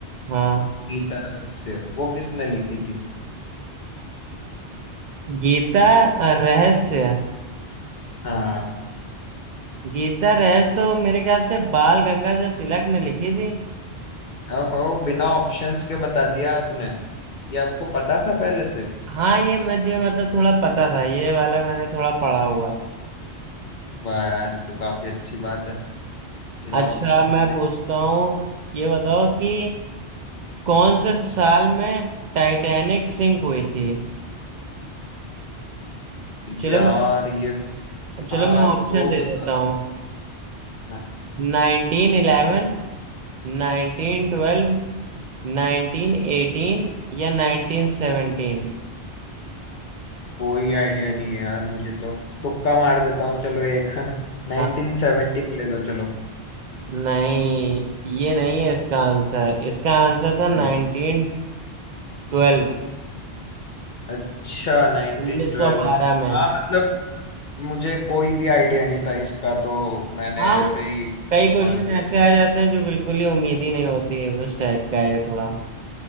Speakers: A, on the right; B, on the left.
A: हाँ
B: गीता रहस्य वो किसने लिखी थी
A: गीता अ, रहस्य
B: हाँ
A: गीता रहस्य तो मेरे ख्याल से बाल गंगाधर तिलक ने लिखी थी
B: ओहो बिना ऑप्शंस के बता दिया आपने ये आपको पता था पहले से
A: हाँ ये मुझे मतलब थोड़ा पता था ये वाला मैंने थोड़ा पढ़ा हुआ था
B: वाह यार ये तो काफी अच्छी बात है बिना
A: अच्छा
B: ऑप्शंस
A: मैं
B: के
A: पूछता हूँ ये बताओ कि कौन से साल में टाइटैनिक सिंक हुई थी चलो
B: यार
A: मैं
B: ये
A: चलो
B: आप
A: मैं ऑप्शन
B: वो
A: दे
B: बता
A: देता हूँ
B: दो हाँ,
A: नाइनटीन इलेवन नाइनटीन ट्वेल्व नाइनटीन एटीन या नाइनटीन सेवनटीन
B: कोई आइडिया नहीं है यार मुझे तो तुक्का मार देता हूँ चलो एक <laughs> 1970
A: हाँ
B: ले लो चलो
A: नहीं ये नहीं है इसका आंसर इसका आंसर था
B: अरे
A: नाइनटीन ट्वेल्व
B: अच्छा 1912
A: उन्नीस सौ बारह में
B: हाँ मतलब मुझे कोई भी आइडिया नहीं था इसका तो मैंने
A: हाँ
B: ऐसे
A: वो
B: ही
A: कई क्वेश्चन
B: मार दिया
A: ऐसे आ जाते हैं जो बिल्कुल ही उम्मीद ही नहीं होती है उस टाइप का है ये थोड़ा